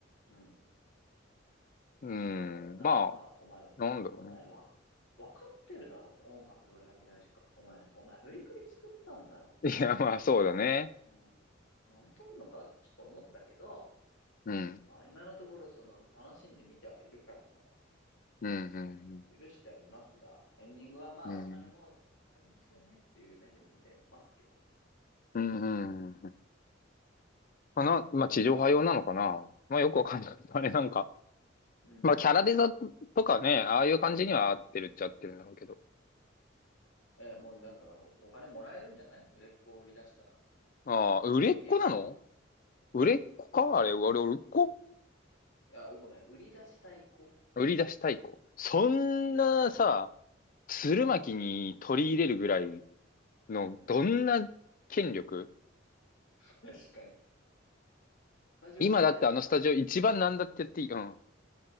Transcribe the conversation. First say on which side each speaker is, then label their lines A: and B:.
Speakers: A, on the left; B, on the left.
A: うん。
B: う
A: もうなんか、
B: ん、まあ、
A: お前、
B: なんだろうね。
A: お前わ、わかってるだろって音楽どれだけ大事か。お前、お前振りくり作ったんだろ
B: <laughs> いや、まあ、そうだね。
A: うん。舐めとんのか、ちょっと思ったけど、
B: うん、
A: まあ今のところその楽しんで見てはいるから
B: うん、うん、
A: 許してはいますが、エンディングはまあお金もかかりますよねっていう目で見てますけど。
B: うん、うん、うん、うん。うんまあ、な、まあ、地上波用なのかな。まあ、よくわかんない。<laughs> あれ、なんか。
A: うん。
B: まあ、キャラデザとかね、ああいう感じには合ってるっちゃ合ってるんだろうけど。
A: え、もうなんかお金もらえるんじゃない売れっ子を売り出したら。普通にそれ系じゃないい
B: ああ、売れっ子なの売れっ子かあれ、俺、売れっ子
A: や、ごめん。売り出したい子。
B: 売り出したい子。そんなさ、
A: 売り出したい子。
B: 鶴巻に取り入れるぐらい
A: うん。
B: の、
A: うん。
B: どんな権力
A: <laughs> 確かに。スタジオカラー、
B: 今だってあのスタジオ一番なんだって言っていい。
A: あ、でもさ、
B: うん。